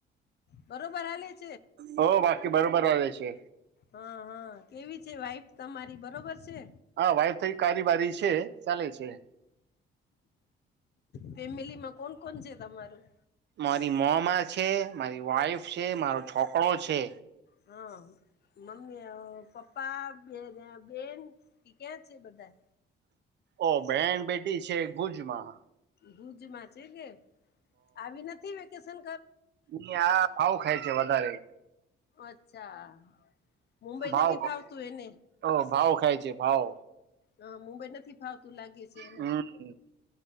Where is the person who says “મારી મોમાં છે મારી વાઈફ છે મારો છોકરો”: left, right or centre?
Right